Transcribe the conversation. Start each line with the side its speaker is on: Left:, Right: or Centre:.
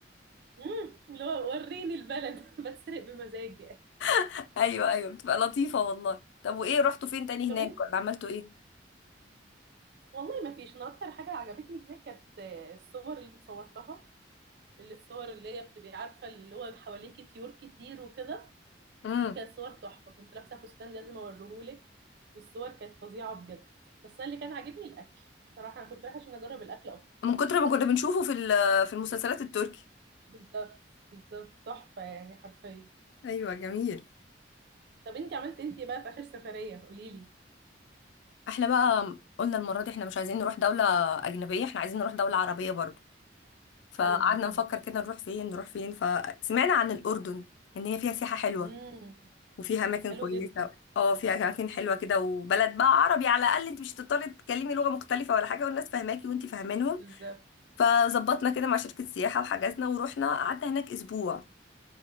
Right: امم اللي هو وريني البلد <laughs> بتسرق بمزاجي
Left: <laughs> ايوه ايوه بتبقى لطيفة والله طب وايه رحتوا فين تاني
Right: طب
Left: هناك
Right: انت
Left: ولا عملتوا ايه
Right: والله ما فيش انا اكتر حاجه عجبتني هناك كانت آه، الصور اللي اتصورتها اللي الصور اللي هي بتبقي عارفة اللي هو حواليكي طيور كتير وكده
Left: امم
Right: دي كانت صور تحفة كنت لابسة فستان لازم اوريهولك والصور كانت فظيعة بجد بس أنا اللي كان عاجبني الأكل بصراحة أنا كنت رايحة عشان أجرب الأكل أكتر
Left: من كتر ما كنا بنشوفه في ال- في المسلسلات التركي
Right: بالظبط بالظبط تحفة يعني حرفيا
Left: ايوه جميل
Right: طب انتي عملت انتي بقى في آخر سفرية قوليلي
Left: احنا بقى قلنا المرة دي احنا مش عايزين نروح دولة أجنبية احنا عايزين نروح دولة عربية برضه فقعدنا
Right: حلو جدا
Left: نفكر كده نروح فين نروح فين فسمعنا عن الأردن ان هي فيها سياحة حلوة
Right: امم
Left: وفيها اماكن
Right: حلو
Left: كويسه
Right: جدا
Left: اه فيها اماكن حلوه كده وبلد بقى عربي على الاقل انت مش هتضطري تتكلمي لغه مختلفه ولا حاجه والناس فاهماكي وانت فاهمينهم
Right: بالظبط
Left: فظبطنا كده مع شركه سياحه وحجزنا ورحنا قعدنا هناك اسبوع